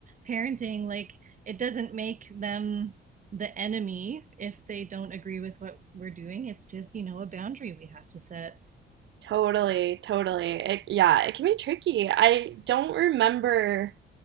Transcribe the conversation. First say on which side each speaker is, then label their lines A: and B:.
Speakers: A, on the right (about 40°); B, on the right (about 70°).
A: parenting. Like it doesn't make them the enemy if they don't agree with what we're doing. It's just, you know, a boundary we have to set.
B: totally, totally. It, yeah, it can be tricky. I don't remember